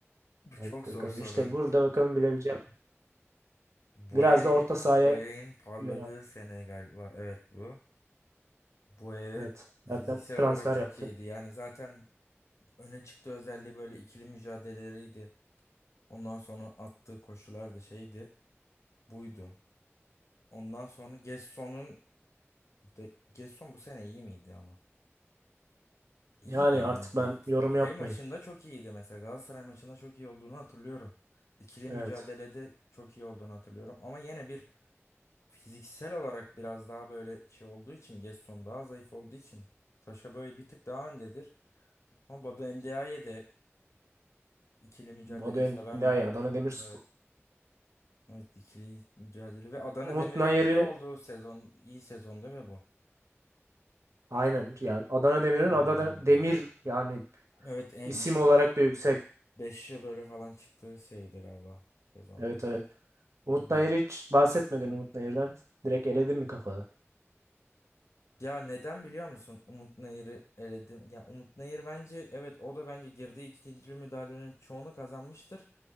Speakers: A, on the left; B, on the right.
A: Bu
B: Bak
A: çok zor
B: bakalım
A: soru.
B: işte burada bakalım bilebileceğim.
A: Boya'nın
B: Biraz da orta sahaya
A: Boya'nın parladığı
B: göre. abi.
A: sene galiba. Evet bu. Boya
B: Evet.
A: fiziksel
B: Zaten transfer
A: olarak çok
B: yaptı.
A: iyiydi. Yani zaten Öne çıktığı özelliği böyle ikili mücadeleleriydi. Ondan sonra attığı koşular da şeydi. Buydu. Ondan sonra Gesson'un da Gesson bu sene iyi miydi ama? İyiydi
B: Yani
A: ama
B: artık
A: Gaf-
B: ben yorum
A: şey
B: yapmayayım.
A: maçında çok iyiydi mesela Galatasaray maçında çok iyi olduğunu hatırlıyorum. İkili
B: Evet.
A: mücadelede çok iyi olduğunu hatırlıyorum ama yine bir fiziksel olarak biraz daha böyle şey olduğu için Gesson daha zayıf olduğu için Saşa böyle bir tık daha öndedir. Ama Badu Endiaye de ikili mücadeleyi
B: Bado Endiaye
A: seven bir topçu.
B: Adana Demirspor.
A: Evet. Evet ikili mücadele ve Adana
B: Umut
A: Demir'in
B: Nayır'ı
A: iyi olduğu sezon, iyi sezon değil mi bu?
B: Aynen ya Adana Demir'in
A: Hmm.
B: Adana Demir yani
A: Evet en
B: isim
A: işte
B: olarak
A: ilk,
B: da yüksek.
A: ilk beşi böyle falan çıktığı şeydi galiba sezondu.
B: Evet evet. Umut
A: Hı.
B: Nayır'ı hiç bahsetmedin Umut Nayır'dan. Direkt eledin mi kafadan?
A: Ya neden biliyor musun? Umut Nayır'ı eledim. Ya Umut Nayır bence evet o da bence girdiği ikinci müdahalenin çoğunu kazanmıştır.